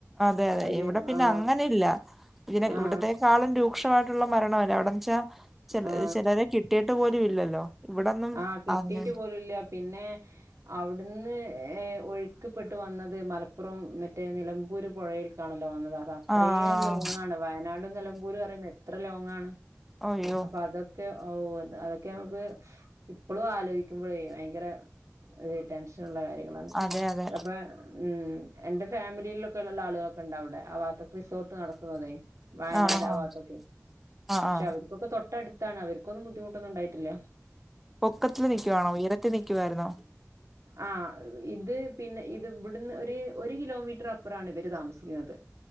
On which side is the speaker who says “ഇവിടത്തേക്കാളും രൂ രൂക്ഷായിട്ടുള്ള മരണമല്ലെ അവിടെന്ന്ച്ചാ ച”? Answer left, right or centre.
Centre